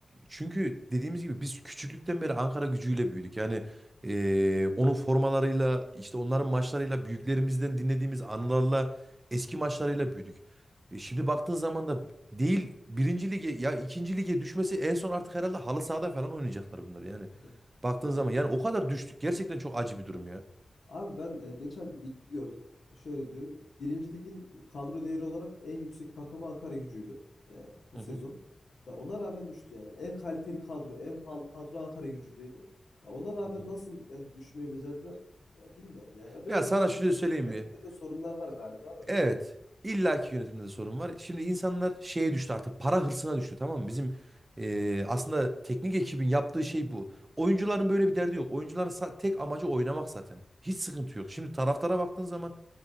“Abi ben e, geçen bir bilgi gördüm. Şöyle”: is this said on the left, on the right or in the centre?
Left